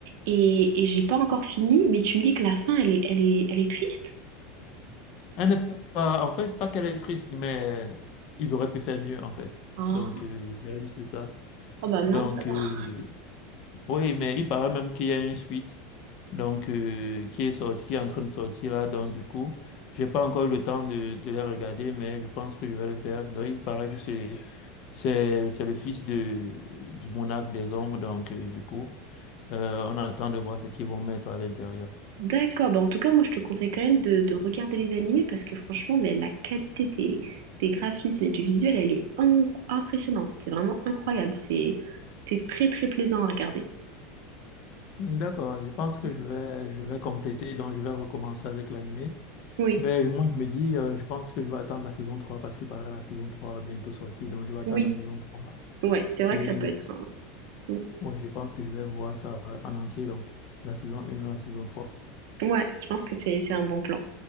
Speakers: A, on the right; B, on the left.
A: Et, et j'ai pas encore fini, mais tu me dis que la fin, elle est, elle est, elle est triste?
B: Elle n'est pas, en fait, pas qu'elle est triste, mais ils auraient pu faire mieux, en fait.
A: Ah,
B: Donc, euh, il y a juste ça.
A: oh bah mince
B: Donc,
A: alors.
B: euh, oui, mais il paraît même qu'il y a une suite, donc, euh, qui est sortie, qui est en train de sortir là. Donc, du coup, j'ai pas encore eu le temps de, de la regarder, mais je pense que je vais le faire. Donc, il paraît que c'est, c'est, c'est le fils de, du monarque des hommes. Donc, euh, du coup, euh, on attend de voir ce qu'ils vont mettre à l'intérieur.
A: D'accord, bah en tout cas, moi je te conseille quand même de, de regarder les animés parce que franchement, la, la qualité des, des graphismes et du visuel, elle est in- impressionnante. C'est vraiment incroyable. C'est, c'est très très plaisant à regarder.
B: D'accord, je pense que
A: Mm.
B: je vais, je vais compléter, donc je vais recommencer avec l'animé.
A: Oui,
B: Mais moi, je me dis, euh, je pense que je vais attendre la saison trois parce qu'il paraît la saison 3 bientôt sortie. Donc, je vais attendre
A: oui,
B: la saison trois
A: ouais, c'est vrai
B: Et
A: que ça peut être un... Mm.
B: ouais, je pense que je vais voir ça en entier. Donc, de la saison 1 à la saison trois
A: Ouais, je pense que c'est, c'est un bon plan.